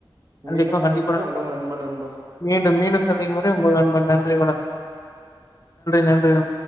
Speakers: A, on the left; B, on the right.
A: கண்டிப்பா
B: மீண்டும் சந்திக்கும்
A: கண்டிப்பா
B: வரை உங்கள் நண்பன் நண்பா
A: மீண்டும் மீண்டும் சந்திக்கும் வரை உங்க நண்பன் நன்றி நன்றி னா